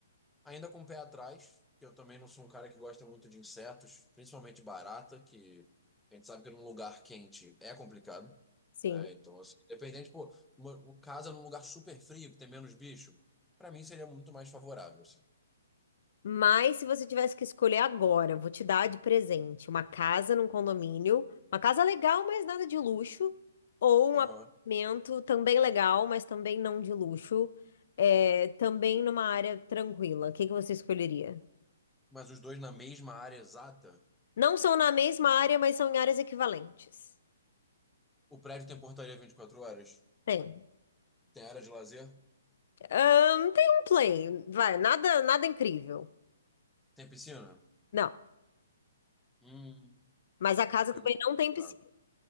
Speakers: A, in the centre; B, on the left.
A: Ainda com o pé atrás, que eu também não sou um cara que gosta muito de insetos, principalmente barata, que a gente sabe que num lugar quente é complicado,
B: Sim.
A: né? Então, assim, dependente, pô, uma, uma casa num lugar super frio, que tem menos bicho, pra mim seria muito mais favorável, assim.
B: Mas se você tivesse que escolher agora, vou te dar de presente uma casa num condomínio, uma casa legal, mas nada de luxo, ou um
A: Aham.
B: apartamento também legal, mas também não de luxo, é, também numa área tranquila. O que que você escolheria?
A: Mas os dois na mesma área exata,
B: Não são na mesma área, mas são em áreas equivalentes.
A: o prédio tem portaria 24 horas,
B: Tem.
A: tem área de lazer,
B: Ahn, tem um play, vai, nada, nada incrível.
A: tem piscina.
B: Não,
A: Hum.
B: mas a casa
A: Aí pegou.
B: também não tem
A: Claro.
B: piscina.